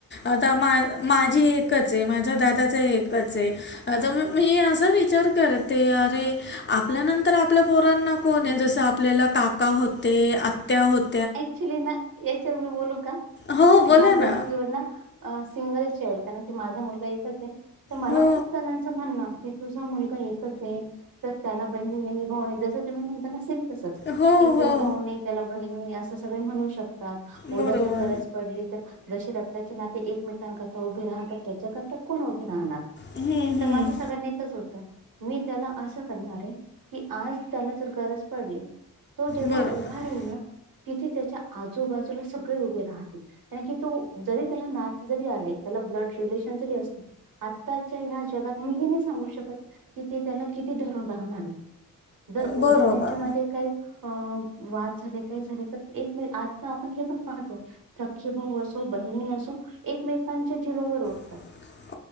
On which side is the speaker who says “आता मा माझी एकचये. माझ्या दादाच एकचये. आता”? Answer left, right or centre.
Left